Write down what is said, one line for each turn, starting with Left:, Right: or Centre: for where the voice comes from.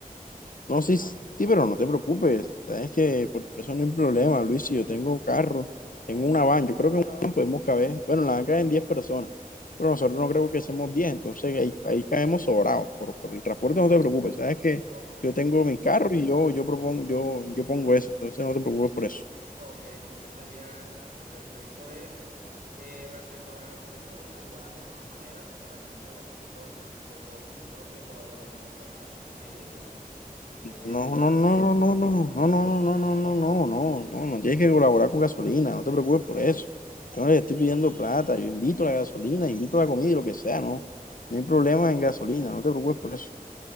Left: No, sí, sí, pero no te preocupes. Sabes que por eso no hay problema, Luis. Si yo tengo carro, tengo una van, yo creo que en una van podemos caber. Bueno, en la van caben 10 personas, pero nosotros no creo que seamos 10, entonces ahí, ahí caemos sobrados. Por, por el transporte no te preocupes. Sabes que
Right: Ok.
Left: yo tengo mi carro y yo, yo propongo, yo, yo pongo eso, entonces no te preocupes por eso.
Right: Ok, entonces sería eh, perfecto eso. Eh, respecto a la gasolina, bueno, igual de todas maneras, para que no salga tanto co- tan costoso, nosotros te colaboraríamos con la gasolina y eso, para que eh,
Left: No,
Right: estés también
Left: no, no,
Right: tranquilo.
Left: no, no, no, no, no, no, no, no, no, no, no, no, no tienes que colaborar con gasolina, no te preocupes por eso. Yo no les estoy pidiendo plata, yo invito a la gasolina, invito a la comida y lo que sea, no. No hay problema en gasolina, no te preocupes por eso.